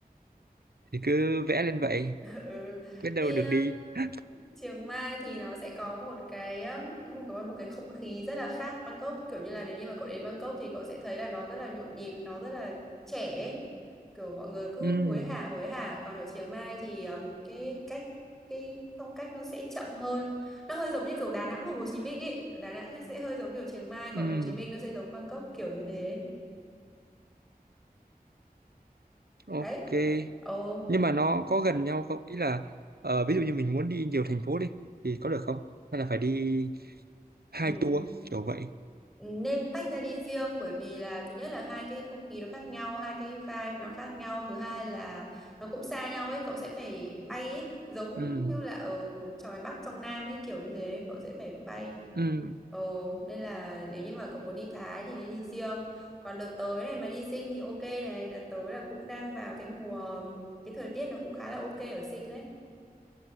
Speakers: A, on the right; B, in the centre.
A: thì cứ vẽ lên vậy
B: <laughs> ừ
A: biết đâu
B: đi
A: được đi <laughs>
B: Chiang Mai thì nó sẽ có một cái um, một cái một cái không khí rất là khác Bangkok kiểu như là nếu như mà cậu đến Bangkok thì cậu sẽ thấy là nó rất là nhộn nhịp nó rất là trẻ ấy. kiểu mọi người cứ
A: ừ
B: hối hả hối hả còn ở Chiang Mai thì um, cái cách cái phong cách nó sẽ chậm hơn nó hơi giống như kiểu Đà Nẵng và Hồ Chí Minh ấy Đà Nẵng sẽ sẽ hơi giống kiểu Chiang Mai còn
A: ừ
B: Hồ Chí Minh nó sẽ giống Bangkok kiểu như thế
A: ok
B: đấy ồ
A: nhưng mà nó có gần nhau không ý là ờ, ví dụ như mình muốn đi nhiều thành phố đi thì có được không hay là phải đi hai
B: Ừ.
A: tour kiểu vậy
B: Ừ, nên tách ra đi riêng bởi vì là thứ nhất là hai cái không khí nó khác nhau hai cái vibe nó khác nhau thứ hai là nó cũng xa nhau ấy cậu sẽ phải bay ấy giống
A: ừ
B: như là ở trong ngoài Bắc trong Nam ấy kiểu như thế cậu sẽ phải bay
A: ừ
B: ồ nên là nếu như mà cậu muốn đi Thái thì nên đi riêng còn đợt tới này mà đi Sing thì ok này đợt tới là cũng đang vào cái mùa cái thời tiết nó cũng khá là ok ở Sing đấy